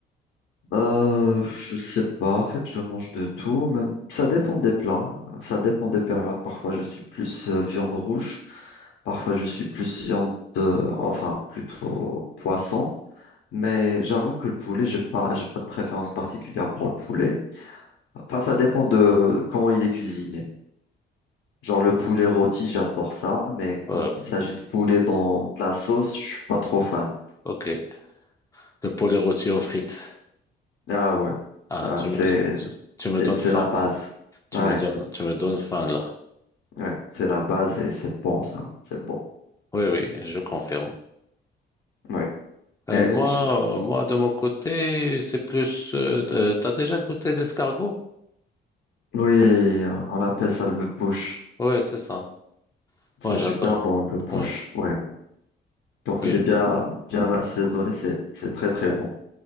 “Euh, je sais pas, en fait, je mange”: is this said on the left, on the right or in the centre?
Left